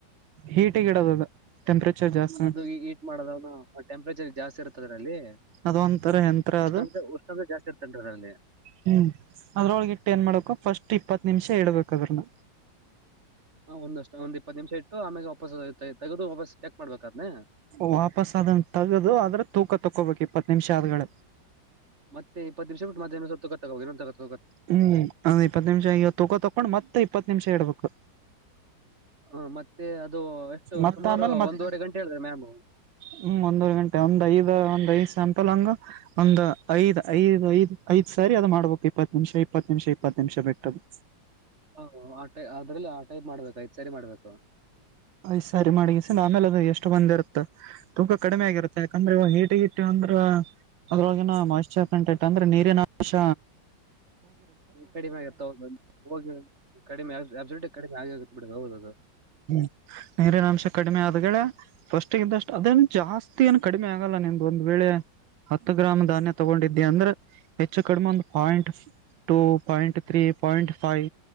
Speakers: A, on the right; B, on the right.
A: ಹೀಟಿಗ್ ಇಡೋದದ ಟೆಂಪ್ರೇಚರ್ ಜಾಸ್ತಿ
B: ಹ ಅದು ಈ ಈಟ್ ಮಾಡದನು, ಟೆಂಪ್ರೇಚರ್ ಜಾಸ್ತಿ ಇರುತ್ತ ಅದ್ರಲ್ಲಿ
A: ಅದೊಂತರ ಯಂತ್ರ
B: ಉಷ್ಟ
A: ಅದು
B: ಅಂದ್ರೆ ಉಷ್ಣಾಮ್ಶ ಜಾಸ್ತಿ ಇರ್ತೈತ್ ಅದ್ರಲ್ಲಿ
A: ಹ್ಮ್ ಅದ್ರೊಳ್ಗಿಟ್ಟು ಏನ್ ಮಾಡ್ಬಕು ಫಸ್ಟ್ ಇಪ್ಪತ್ ನಿಮ್ಷ ಇಡ್ಬೇಕ್ ಅದನ್ನ
B: ಹ ಒಂದಷ್ಟು ಒಂದ್ ಇಪ್ಪತ್ ನಿಮ್ಷ ಇಟ್ಟು ಆಮೇಲೆ ವಾಪಸ್ ತಗ್ದು ವಾಪಸ್ ಚೆಕ್ ಮಾಡ್ಬೇಕಾದ್ನ?
A: ವಾಪಾಸ್ ಅದನ್ ತಗ್ದು ಅದರ್ ತೂಕ ತಕ್ಕೊಬೇಕು ಇಪ್ಪತ್ ನಿಮ್ಷ ಆದ್ಗಳ
B: ಮತ್ತೆ ಇಪ್ಪತ್ ನಿಮ್ಷ ಬಿಟ್ <unintelligible>
A: ಹ್ಮ್ ಅದ್ ಇಪ್ಪತ್ ನಿಮ್ಷ ಈಗ ತಗೋ ತಕೊಂಡ್ ಮತ್ತೆ ಇಪ್ಪತ್ ನಿಮ್ಷ ಇಡ್ಬೇಕು
B: ಹ ಮತ್ತೆ ಅದು ಎಷ್ಟು
A: ಮತ್ತ
B: ಸುಮಾರು
A: ಆಮೇಲೆ ಮತ್
B: ಒಂದೂವರೆ ಗಂಟೆ ಹೇಳಿದ್ರೆ ಮ್ಯಾಮ್
A: ಹ್ಮ್ ಒಂದೂವರೆ ಗಂಟೆ ಒಂದ್ ಐದ ಒಂದ್ ಐದ್ ಸೆಮ್ ಪ್ಪಲ್ಲಂಗ ಒಂದ್ ಐದ್ ಐದ್ ಐದ್ ಐದ್ ಸರಿ ಅದು ಮಾಡ್ಬೇಕು ಇಪ್ಪತ್ ನಿಮ್ಷ ಇಪ್ಪತ್ ನಿಮ್ಷ ಇಪ್ಪತ್ ನಿಮ್ಷ ಬಿಟ್ಟದು
B: ಓಹ್ ಆ ಟೈ ಅದ್ರಲ್ಲಿ ಆ ಟೈಪ್ ಮಾಡ್ಬೇಕು ಸರಿ ಮಾಡ್ಬೇಕು
A: ಐದ್ ಸರಿ ಮಾಡಗಿಸಿ ಆಮೇಲ್ ಅದು ಎಷ್ಟ್ ಬಂದ್ ಇರುತ್ ತೂಕ ಕಡಿಮೆ ಆಗಿರುತ್ತೆ ಯಾಕಂದ್ರೆ ಇವ ಹೀಟಿಗಿಟ್ಟಿವ್ ಅಂದ್ರ ಅದ್ರೊಳ್ಗಿನ ಮೋಯ್ಸ್ಚರ್ ಕಂಟೆಂಟ್ ಅಂದ್ರ ನೀರಿನಂಶ
B: ಕಡಿಮೆ ಆಗತ್ತ ಹೌದು ಹ ಕಡಿ ಕಡಿಮೆ ಆಗಿ ಆ ಬಿಡ ಹೌದು ಅದು
A: ಹ್ಮ್ ನೀರಿನಂಶ ಕಡಿಮೆ ಆದಗೆಳ ಫಸ್ಟಿಗಿದ್ದಷ್ಟು ಅದೇನ್ ಜಾಸ್ತಿ ಏನ್ ಕಡಿಮೆ ಆ ಆಗಲ್ಲ ನಿನ್ದ್ ಒಂದ್ ವೇಳೆ ಹತ್ತು ಗ್ರಾಮ್ ಧಾನ್ಯ ತಗೊಂಡಿದ್ದಿ ಅಂದ್ರೆ ಹೆಚ್ಚು ಕಡಿಮೆ ಒಂದು point two point three, point five